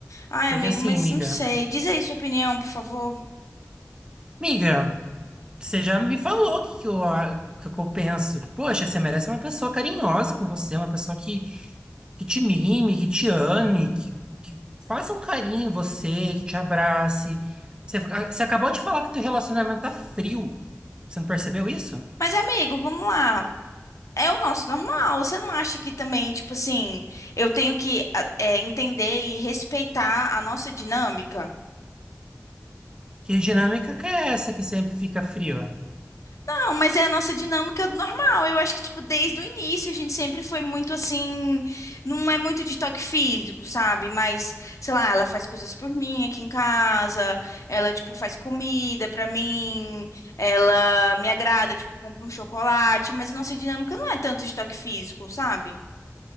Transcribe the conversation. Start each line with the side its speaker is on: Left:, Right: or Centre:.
Left: Ai,
Right: Porque
Left: amigo,
Right: assim,
Left: mas
Right: amiga,
Left: não sei. Diz aí sua opinião, por favor.
Right: amiga. Você já me falou que, que, eu, que, eu penso. Poxa, você merece uma pessoa carinhosa com você, uma pessoa que, que te mime, que te ame, que, que faça um carinho em você, que te abrace. Você, você acabou de falar que teu relacionamento tá frio. Você não percebeu isso?
Left: Mas, amigo, vamos lá. É o nosso normal. Você não acha que também, tipo assim, eu tenho que a- é, entender e respeitar a nossa dinâmica?
Right: Que dinâmica que é essa que sempre fica fria?
Left: Não, mas é a nossa dinâmica normal. Eu acho que, tipo, desde o início a gente sempre foi muito assim. Não é muito de toque físico, sabe? Mas, sei lá, ela faz coisas por mim aqui em casa. Ela, tipo, faz comida pra mim. Ela me agrada, tipo, compra um chocolate. Mas a nossa dinâmica não é tanto de toque físico, sabe?